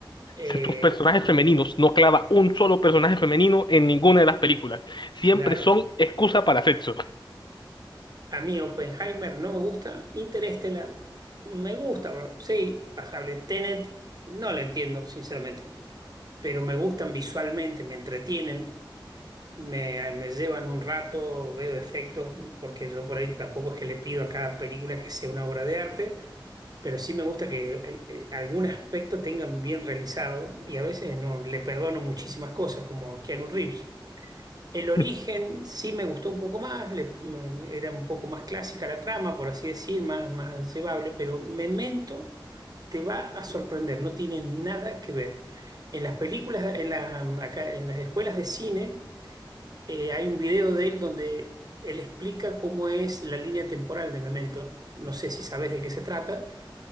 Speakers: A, on the right (about 50°); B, on the left (about 65°).
A: Eh,
B: estos personajes femeninos, no clava un solo personaje femenino en ninguna de las películas. Siempre
A: claro.
B: son excusa para sexo.
A: A mí Oppenheimer no me gusta. Interstellar me gusta, sí, pasable. Tenet no la entiendo, sinceramente, pero me gustan visualmente, me entretienen, me, me llevan un rato, veo efectos, porque yo por ahí tampoco es que le pido a cada película que sea una obra de arte, pero sí me gusta que eh, eh, algún aspecto tengan bien realizado y a veces no, le perdono muchísimas cosas, como a Keanu Reeves. El origen
B: <laughs>
A: sí me gustó un poco más, le- mm, era un poco más clásica la trama, por así decir, más, más llevable, pero Memento te va a sorprender, no tiene nada que ver. En las películas, en las, mm, acá, en las escuelas de cine, eh, hay un video de él donde él explica cómo es la línea temporal de Memento. No sé si sabes de qué se trata.